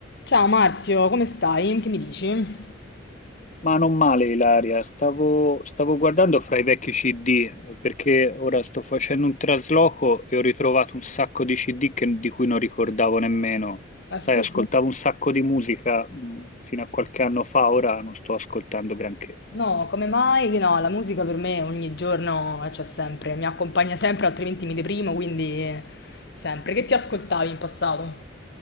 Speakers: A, on the left (about 55°); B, on the left (about 35°).
A: Ciao Marzio, come stai? Che mi dici?
B: Ma non male, Ilaria. Stavo, stavo guardando fra i vecchi CD eh, perché ora sto facendo un trasloco e ho ritrovato un sacco di CD che- di cui non ricordavo nemmeno.
A: Ah
B: Sai,
A: sì?
B: ascoltavo un sacco di musica mh, fino a qualche anno fa, ora non sto ascoltando granché.
A: No, come mai? Che No, la musica per me ogni giorno eh, c'è sempre, mi accompagna sempre, altrimenti mi deprimo, quindi eh, sempre. Che ti ascoltavi in passato?